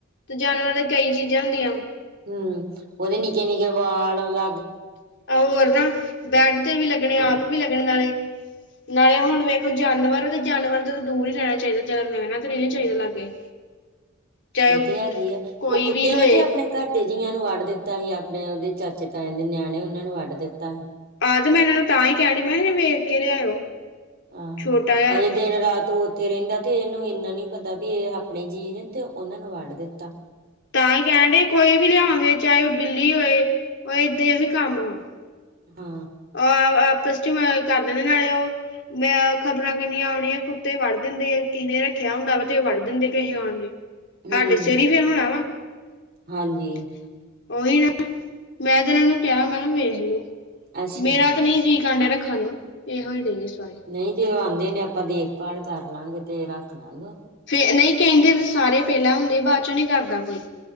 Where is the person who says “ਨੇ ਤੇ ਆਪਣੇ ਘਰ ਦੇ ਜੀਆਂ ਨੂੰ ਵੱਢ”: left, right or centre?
Right